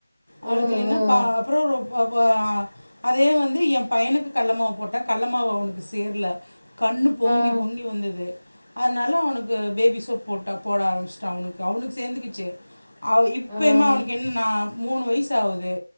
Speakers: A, on the left (about 80°); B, in the centre.
A: அவளுக்
B: ம்
A: இல்லினா
B: ம்
A: பா அப்புற ரொ வ வ அதே வந்து எம் பையனுக்கு கல்ல மாவு போட்ட கல்ல மாவு அவுனுக்கு சேர்ல கண்ணு பொங்கி
B: ம்
A: பொங்கி வந்துது அதனால அவனுக்கு பேபி சோப் போட்ட போட ஆரம்பிச்ட்ட அவனுக்கு அவனுக்கு சேந்துக்குச்சு அவ இப்பயுமே
B: ம்
A: அவனுக்கு என்னனா மூணு வயசு ஆவுது